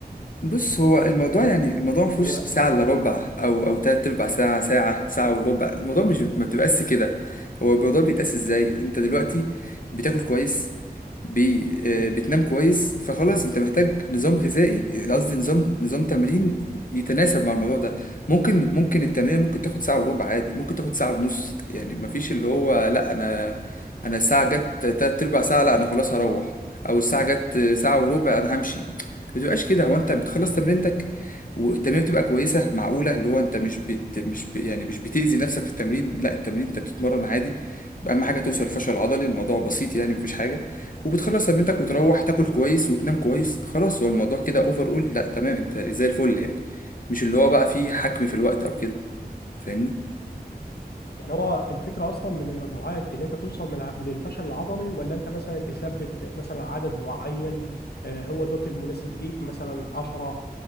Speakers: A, on the left; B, on the left.
A: بص هو الموضوع يعني الموضوع ما فيهوش
B: هو
A: ساعة الا ربع او او تلات ارباع ساعة ساعة ساعة وربع الموضوع مش ما بتبقاش كده هو الموضوع بيتقاس ازاي انت دلوقتي بتاكل كويس بي آه، بتنام كويس فخلاص انت محتاج نظام غذائي قصدي نظام نظام تمرين يتناسب مع الموضوع ده ممكن ممكن التمرين ممكن تاخد ساعة وربع عادي ممكن تاخد ساعة ونص يعني ما فيش اللي هو لا انا انا الساعة جت تلات ارباع ساعة لا انا خلاص هروح او الساعة جت ساعة وربع انا همشي ما بتبقاش كده هو انت بتخلص تمرينتك والتمرين بتبقى كويسه معقوله اللي هو انت مش بت... مش ب... يعني مش بتاذي نفسك في التمرين لا التمرين انت بتتمرن عادي اهم حاجه توصل للفشل العضلي الموضوع بسيط يعني مفيش حاجه وبتخلص تمرينتك وتروح تاكل كويس وتنام كويس خلاص هو الموضوع كده اوفر اول لا تمام انت زي الفل يعني مش اللي هو بقى فيه حكم في الوقت او كده فاهمني
B: يعني هو الفكره اصلا من المجموعات اللي انت توصل من ع- من الفشل العضلي ولا انت مثلا تثبت مثلا عدد معين آه، هو دوت المناسب ليك مثلا 10